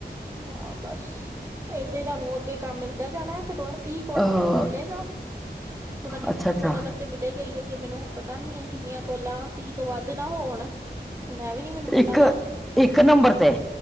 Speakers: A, on the right; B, in the centre.
A: ਹਾਂ ਬਸ ਏਦਾਂ ਹੀ ਤੁਹਾਨੂੰ ਅੱਗੇ ਕੰਮ ਮਿਲਦਾ ਜਾਣਾ। ਘਟੋ ਘੱਟ ਤੀਹ ਕੋਲਾ
B: ਅਹ
A: ਤੱਕ ਮਿਲੇਗਾ, ਪਤਾ ਨੀ
B: ਅੱਛਾ
A: ਤੀਹ
B: ਅੱਛਾ
A: ਕੋਲਾ ਤੱਕ ਮਿਲੇ ਗਈ ਅੱਗੇ ਮੈਨੂੰ ਹੁਣ ਪਤਾ ਨੀ ਹੈ ਕਿੰਨੀਆਂ ਕੋਲਾਂ ਤੀਹ ਤੋਂ ਵੱਧ ਨਾ ਹੋਣ, ਹੁਣ ਇਹ ਵੀ ਨੀ ਮੈਨੂੰ ਪਤਾ
B: ਇੱਕ
A: ਨਾ,
B: ਇੱਕ ਨੰਬਰ ਤੇ